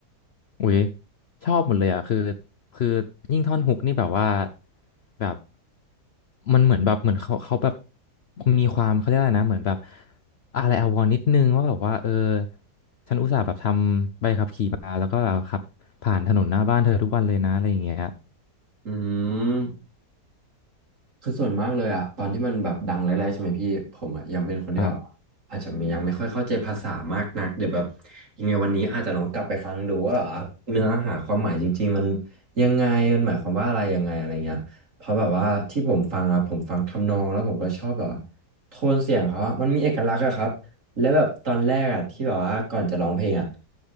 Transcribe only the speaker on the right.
อืม คือส่วนมากเลยอะตอนที่มันแบบดังแรกๆใช่ไหมพี่ผมอะยังเป็นคนที่แบบ
อาจจะมียังไม่ค่อยเข้าใจภาษามากนักเดี๋ยวแบบยังไงวันนี้อาจจะลองกลับไปฟังดูว่าเนื้อหาความหมายจริงๆมันยังไงมันหมายความว่าอะไรยังไงอะไรเงี้ยเพราะแบบว่าที่ผมฟังอะผมฟังทำนองแล้วผมก็ชอบแบบว่าโทนเสียงเขาอะมันมีเอกลักษณ์อะครับและแบบตอนแรกอะที่แบบว่าก่อนจะร้องเพลงอะ